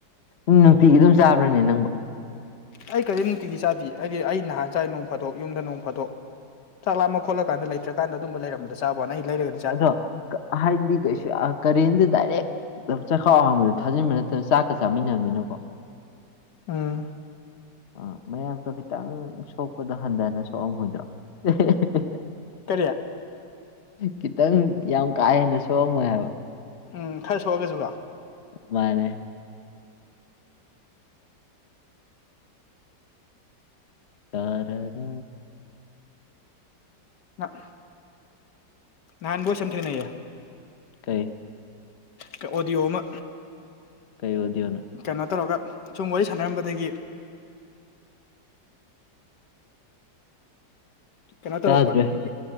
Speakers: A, on the left (about 45°); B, on the left (about 70°).
A: ꯅꯨꯡꯇꯤꯒꯤ ꯑꯗꯨꯝ ꯆꯥꯕ꯭ꯔꯅꯦ ꯅꯪꯕꯨ
B: ꯑꯩ ꯀꯔꯤ ꯅꯨꯡꯇꯤꯒꯤ ꯆꯥꯗꯦ ꯑꯩꯗꯤ ꯑꯩ ꯅꯍꯥꯟ ꯆꯥꯏ ꯅꯣꯡ ꯐꯥꯗꯣꯛ ꯌꯨꯝꯗ ꯅꯣꯡ ꯐꯥꯗꯣꯛ ꯆꯥꯛ ꯂꯥꯝꯃ ꯈꯣꯠꯂꯀꯥꯟꯗ ꯂꯩꯇ꯭ꯔꯀꯥꯟꯗ ꯑꯗꯨꯝꯕ ꯂꯩꯔꯝꯕꯗ ꯆꯥꯕꯅ ꯑꯩ ꯂꯩꯔꯒ
A: ꯑꯗꯣ ꯀ ꯍꯥꯏꯗꯤ ꯀꯩꯁꯨ ꯀꯔꯦꯟꯗꯤ ꯗꯥꯏꯔꯦꯛ ꯆꯈꯥꯎ ꯍꯥꯡꯕꯗ ꯊꯥꯖꯤꯟꯕ ꯅꯠꯇꯕ ꯆꯥꯛꯀ ꯆꯥꯃꯤꯟꯅꯕꯅꯤꯅꯀꯣ <inaudible>
B: ꯎꯝ
A: ꯑ ꯃꯌꯥꯛꯇꯣ ꯈꯤꯇꯪ ꯁꯣꯛꯄꯗꯣ ꯍꯟꯊꯅ ꯁꯣꯛꯑꯝꯃꯣꯏꯗ꯭ꯔꯣ <unintelligible>
B: ꯀꯔꯤ
A: ꯈꯤꯇꯪ ꯌꯥꯝ ꯀꯥ ꯍꯦꯟꯅ ꯁꯣꯛꯑꯝꯃꯣꯏ ꯍꯥꯏꯕ
B: ꯎꯝ ꯈꯔ ꯁꯣꯛꯑꯒꯁꯨꯨꯀꯣ
A: ꯃꯥꯟꯅꯦ ꯇꯥꯔꯔ
B: ꯑꯥ ꯅꯍꯥꯟ ꯕꯣꯏꯁ ꯑꯝ ꯊꯦꯡꯅꯩꯌꯦ
A: ꯀꯩ
B: ꯀ ꯑꯣꯗꯤꯑꯣ ꯑꯃꯥ
A: ꯀꯩ ꯑꯣꯗꯤꯌꯣꯅꯣ
B: ꯀꯩꯅꯣ ꯇꯧꯔꯒ ꯁꯨꯝ ꯋꯥꯔꯤ ꯁꯥꯟꯅꯔꯝꯕꯗꯒꯤ ꯀꯩꯅꯣ ꯇꯧꯔꯛꯄ
A: ꯇꯥꯗ꯭ꯔꯦ
B: ꯅꯨꯄꯤ